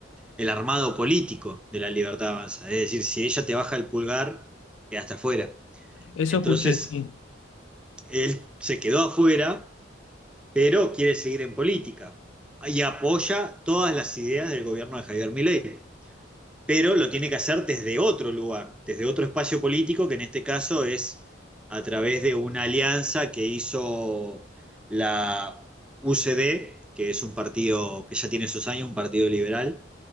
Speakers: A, in the centre; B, on the left (about 75°).
A: el armado político de la Libertad Avanza. Es decir, si ella te baja el pulgar, quedaste afuera.
B: Eso
A: Entonces,
B: escuché, sí.
A: él se quedó afuera, pero quiere seguir en política y apoya todas las ideas del gobierno de Javier Milei, pero lo tiene que hacer desde otro lugar, desde otro espacio político, que en este caso es a través de una alianza que hizo la UCD, que es un partido que ya tiene sus años, un partido liberal,